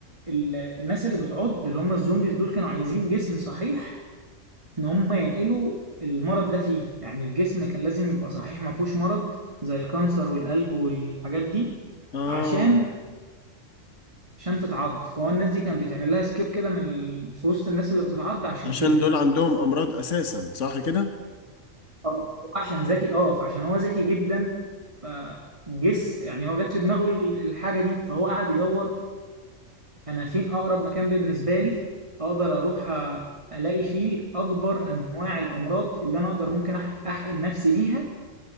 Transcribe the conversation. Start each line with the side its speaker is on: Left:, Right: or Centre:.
Right: ال... الناس اللي بتعض اللي هم الزومبيز دول كانوا عايزين جسم صحيح ان هم ينقلوا المرض ده فيه يعني الجسم كان لازم يبقى صحيح ما فيهوش مرض زي الكانسر والقلب والحاجات دي
Left: آه
Right: عشان عشان تتعض فهو الناس دي كان بيتعمل لها سكيب كده من ال- في وسط الناس اللي بتتعض عشان
Left: عشان
Right: كده
Left: دول عندهم أمراض أساسا صح كده؟
Right: اه عشان ذكي اه فعشان هو ذكي جدا فجس يعني هو جت في دماغه ال- الحاجه دي فهو قعد يدور انا فين اقرب مكان بالنسبه لي اقدر اروح أ- الاقي فيه اكبر انواع الامراض اللي انا اقدر ممكن أح- احقن نفسي بيها